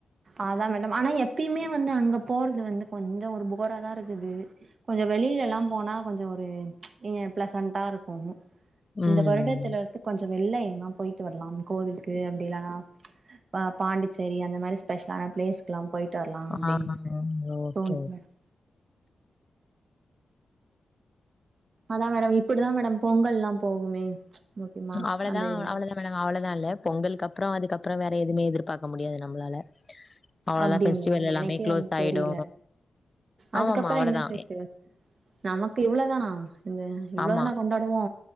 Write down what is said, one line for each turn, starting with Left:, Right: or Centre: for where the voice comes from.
Right: அதா மேடம் ஆனா எப்பியுமே வந்து அங்க போறது வந்து கொஞ்சோ ஒரு போரா தா இருக்குது கொஞ்சோ வெளிலலா போனா கொஞ்சோ ஒரு இங்க பிளசன்டா இருக்கு
Left: ம்
Right: இந்த வருடத்திலருந்து கொஞ்சோ வெள்ள எங்னா போயிட்டு வரலா கோவிலுக்கு அப்டி இல்லனா பா பாண்டிச்சேரி அந்த மாரி ஸ்பெஷ்லான பிளேஸ்க்லா போயிட்டு வரலா
Left: ஆ
Right: அப்டினு
Left: ஓகே
Right: தோணுது மேடம் அதா மேடம் இப்டிதா மேடம் பொங்கல்லா போகுமே முக்கியமா
Left: அவ்ளதா
Right: அந்த என்ன
Left: அவ்ளதா அவ்ளதா இல்ல பொங்கலுக்கப்ரோ அதுக்கப்பரோ வேற எதுமே எதிர்பார்க்க முடியாது நம்ளால அவ்ளதா
Right: அப்டிங்களா
Left: ஃபெஸ்டிவல் எல்லாமே
Right: எனக்கே
Left: க்ளோஸ்
Right: வந்து
Left: ஆயிடு
Right: தெரில
Left: ஆமாமா
Right: அதுக்கப்றோ
Left: அவ்ளதா
Right: என்ன ஃபெஸ்டிவல் நமக்கு இவள தானா இந்த இவ்ளோ
Left: ஆமா
Right: தானா கொண்டாடுவோ